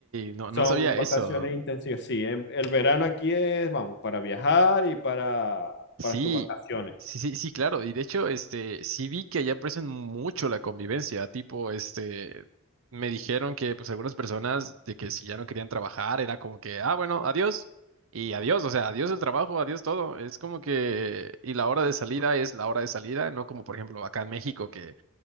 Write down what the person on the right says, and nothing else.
No, no
sabía
eso.
Sí,
sí, sí, sí, claro. Y de hecho, este, sí vi que allá aprecian mucho la convivencia. Tipo, este, me dijeron que, pues, algunas personas de que si ya no querían trabajar, era como que, ah, bueno, adiós. Y adiós, o sea, adiós el trabajo, adiós todo. Es como que, y la hora de salida es la hora de salida, no como por ejemplo acá en México que